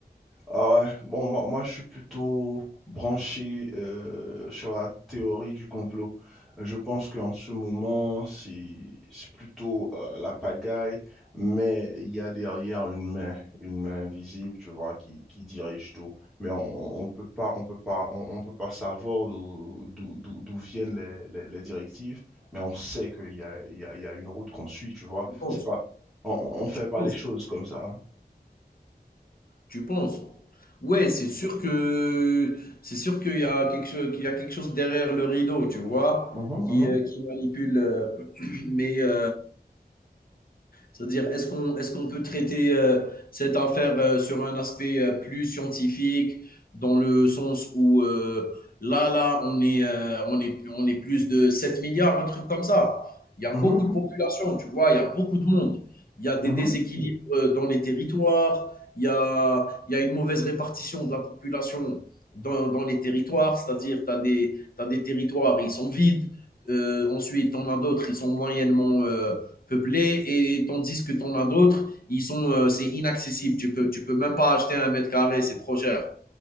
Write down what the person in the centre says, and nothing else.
ah ouais. Bon, moi, moi, je suis plutôt branché euh, sur la théorie du complot. Je pense qu'en ce moment, c'est c'est plutôt euh, la pagaille, mais il y a derrière une main, une main invisible, tu vois, qui, qui dirige tout. Mais on, on peut pas, on peut pas, on, on peut pas savoir d'où d'où- d'où- d'où viennent les, les- les directives, mais on sait qu'il y a, il y a, il y a une route qu'on suit, tu vois.
C'est pas, on, on on fait
pas
les choses comme ça.
Mhm,
mhm,
mhm,
mhm.
Mhm.